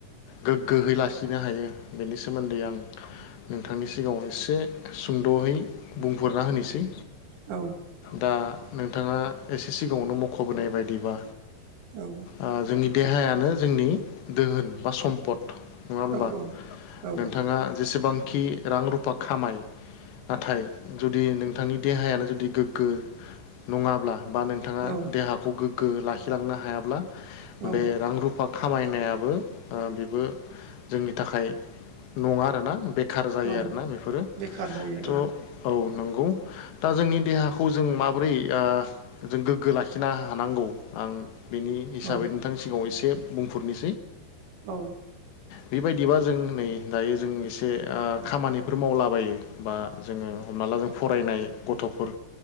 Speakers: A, on the left; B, on the right.
A: गोग्गोयै लाखिनो हायो बेनि सोमोन्दै आं नोंथांनि सिगांआव एसे सुंद'यै बुंफुरना होनोसै
B: औ
A: दा नोंथाङा एसे सिगां आवनो मख'बोनाय बायदिबा
B: औ
A: ओ जोंनि देहायानो जोंनि दोहोन बा सम्पद नङा होमबा
B: औ औ
A: नोंथाङा जेसेबां खि रां रुफा खामाय नाथाय जुदि नों थांनि देहायानो जुदि गोग्गो नङाब्ला बा नोंथाङा
B: औ
A: देहाखौ गोग्गो लाखि लांनो हायाब्ला
B: औ
A: बे
B: औ
A: रां रुफा खामाय नायाबो ओ बेबो जोंनि थाखाय नंङा आरोना बेखार जायो
B: औ
A: आरोना बेफोरो
B: बेखार जायो
A: थ' औ नंगौ दा जोंनि देहाखौ जों माबोरै ओ जों गोग्गो लाखिनो हानांगौ आं बेनि हिसाबै
B: औ
A: नोंथांनि सिगांङाव एसे बुंफोरनि
B: औ
A: बेबायदिबा जों नै दायो जों एसे आ खामानिफोर मावलाबायो बा जोङो हमना ला जों फरायनाय गथ'फोर